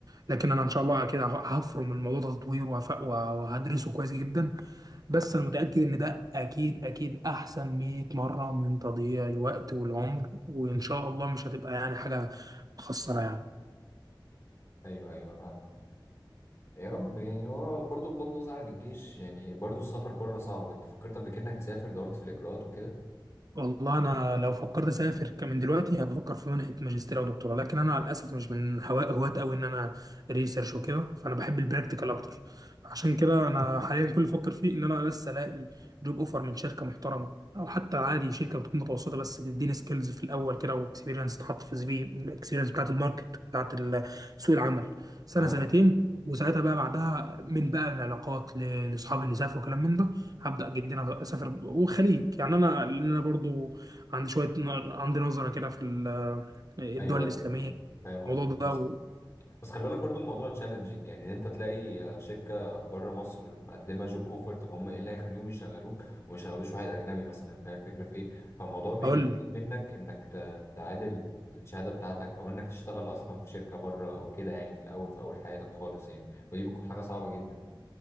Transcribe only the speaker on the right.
لكن انا ان شاء الله كده هفرم الموضوع ده تطوير وهف... وهدرسه كويس جدا بس انا متاكد ان ده اكيد اكيد احسن 100 مره من تضييع الوقت والعمر وان شاء الله مش هتبقى يعني حاجه مخسره يعني
والله انا لو فكرت اسافر كمان دلوقتي هبفكر في منحه ماجستير او دكتوراه لكن انا للاسف مش من هوا- هواة قوي ان انا ريسيرش وكده فانا بحب البراكتيكال اكتر عشان كده انا حاليا كل اللي بفكر فيه ان انا لسه الاقي جوب اوفر من شركه محترمه او حتى عادي شركه بتكون متوسطه بس تديني سكيلز في الاول كده واكسبيرينس تحط في سي في الاكسبيرينس بتاعت الماركت بتاعت ال- سوق العمل سنه
سنتين وساعتها بقى بعدها من بقى العلاقات ل- لاصحابي اللي سافروا كلام من ده هبدأ جدا اسافر والخليج يعني انا لان انا برضو عندي شويه ن- عندي نظره كده في ال- الدول
الاسلاميه
الموضوع
ده
واقول لك